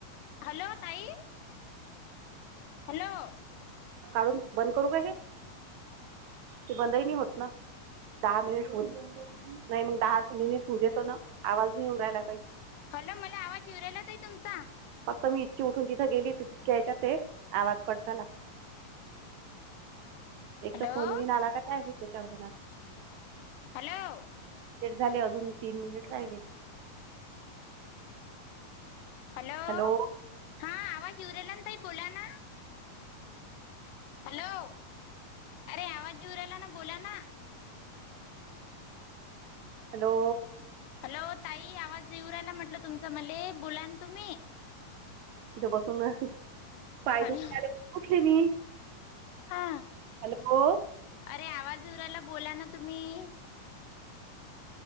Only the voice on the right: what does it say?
काऊन बंद करू काय हे? ते बंदही नई होत ना. दहा मिनिट हो नाही मग दहाच मिनिट होऊ देतो ना. आवाज नाही येऊन राहिला काहीच.
फक्त मी इच्छी उठून तिथं गेली तितक्या येच्यात ते आवाज कट झाला. एक
तरी फोन बिन आला का काय तेच्यावर कूणाचा.
लेट झाले अजून तीन मिनिट राहिले.
हॅलो.
हॅलो.
तिथं बसून पाय
दुखायले उठले मी.
हॅलो.